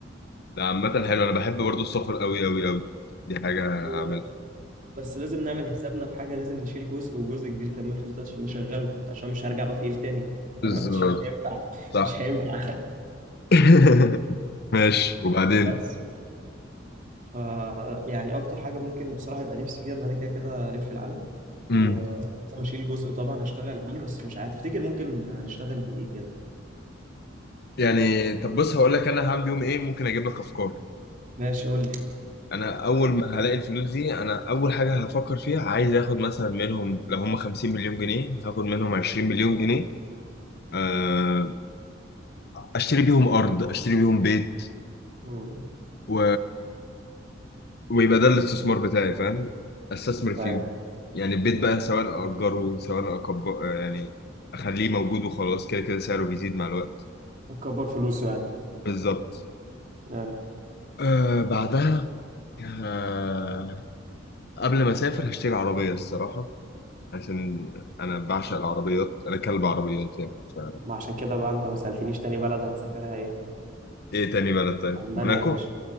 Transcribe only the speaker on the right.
بس
و... بس لازم نعمل حسابنا في حاجه لازم نشيل جزء وجزء كبير كمان من الفلوس ده عشان نشغله عشان مش هرجع بقى فقير تاني <laughs>
مش مش هينفع
مش هينفع
<laughs> بس ف يعني اكتر حاجه ممكن بصراحه يبقى نفسي فيها ان انا كده كده الف العالم
واشيل جزء طبعا اشتغل بيه بس مش عارف تفتكر ممكن نشتغل بايه كده
ماشي قول لي
امم
ايوه
نكبر فلوسه يعني
ايوه
ما عشان كده بقى انت ما سألتنيش تاني بلد هنسافرها ايه
المانيا
يا باشا